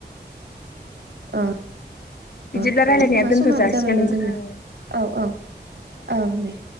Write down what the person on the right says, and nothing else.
ओं
<unintelligible>
समाबो
जाबायमोन
जोंनो औ औ औ दे